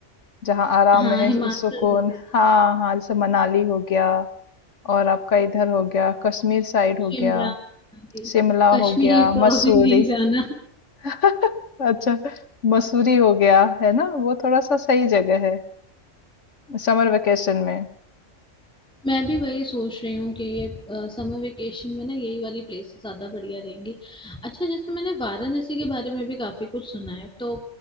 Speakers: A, on the left; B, in the centre.
A: जहाँ आराम
B: हाँ
A: है,
B: हिमाचल
A: सुकून।
B: वगैरह
A: हाँ हाँ जैसे मनाली हो गया और आपका इधर हो गया कश्मीर साइड हो
B: शिमला
A: गया,
B: मनाली।
A: शिमला
B: कश्मीर
A: हो गया,
B: तो
A: मसूरी।
B: अभी नहीं जाना
A: <laughs> अच्छा, मसूरी हो गया है ना, वो थोड़ा सा सही जगह है समर वेकेशन में।
B: मैं भी वही सोच रही हूँ कि ये समर वेकेशन में ना यही वाली प्लेसेस ज्यादा बढ़िया रहेंगी अच्छा जैसे मैंने वाराणसी के बारे में भी काफी कुछ सुना है तो